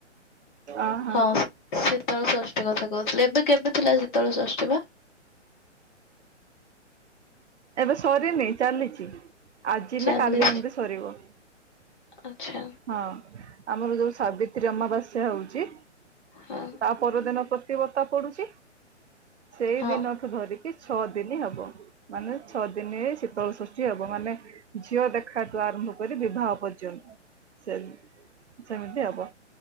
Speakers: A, on the right; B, on the left.
A: ଅହ
B: ହଁ ଶୀତଳ ଷଷ୍ଠୀ କଥା କହୁଥିଲେ ଏବେ କେବେ ଥିଲା ଶୀତଳ ଷଷ୍ଠୀ ବା?
A: ଏବେ ସରିନି ଚାଲିଚି। ଆଜି
B: ଚାଲିଛି
A: ନା କାଲି ଏମତି ସରିବ,
B: ଆଚ୍ଛା
A: ହଁ ଆମର ଯୋଉ ସାବି ତ୍ରୀ ଅମାବାସ୍ୟା ହଉଛି
B: ହଁ
A: ତା ପରଦିନ ପ୍ରତି ବର୍ତ୍ତା ପଡ଼ୁଚି। ସେଇ
B: ହଁ।
A: ଦିନକୁୁ ଧରିକି ଛଅ ଦିନି ହବ। ମାନେ ଛଅ ଦିନିରେ ଶୀତଳ ଷଷ୍ଠୀ ହବ ମାନେ ଝିଅ ଦେଖାଠୁ ଆରମ୍ଭ କରି ବିବାହ ପର୍ଯ୍ୟନ୍ତ। ସେମ ସେମିତି ହବ,